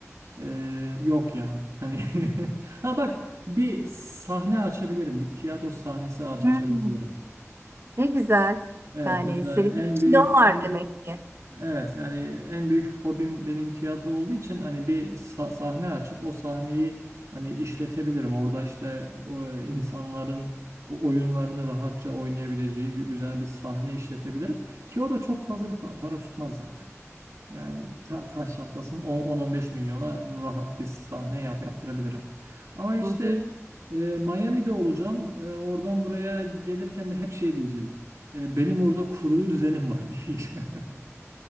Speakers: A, on the right (about 80°); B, on the right (about 50°).
A: Ee, yok ya. Hani <laughs> ha bak bir sahne açabilirim. Bir tiyatro sahnesi aç
B: Hmm,
A: açabilirim.
B: Ne güzel.
A: Evet
B: Yani
A: mesela
B: senin
A: en
B: içinde
A: büyük
B: o var
A: en,
B: demek ki.
A: evet yani en büyük hobim benim tiyatro olduğu için hani bir sa- sahne açıp o sahneyi hani işletebilirim. Orada işte o insanların o oyunlarını rahatça oynayabileceği gü- güzel bir sahne işletebilirim ki o da çok fazla bir pa- para tutmaz zaten. Yani ta taş çatlasın 10-15 milyona rahat bir sahne yap yaptırabilirim. Ama işte
B: Hı hı.
A: e, Miami'de olacağım. E, oradan buraya gelirken de hep şey diyeceğim. E, benim orada kurulu düzenim var <laughs> diyeceğim.